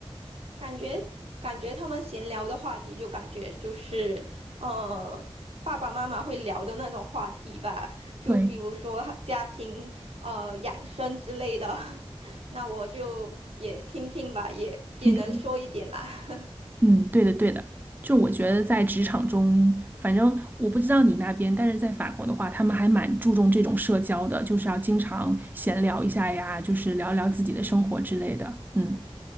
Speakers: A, on the right; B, on the right.
A: 感觉感觉他们闲聊的话题，就感觉就是呃，爸爸妈妈会聊的那种话题吧，就比如说家庭呃养生之类的，
B: 对，
A: <laughs> 那我就也听听吧，也也能说一点啦。
B: 平
A: <laughs>
B: 嗯，对的，对的，就我觉得在职场中，反正我不知道你那边，但是在法国的话，他们还蛮注重这种社交的，就是要经常闲聊一下呀，就是聊一聊自己的生活之类的。嗯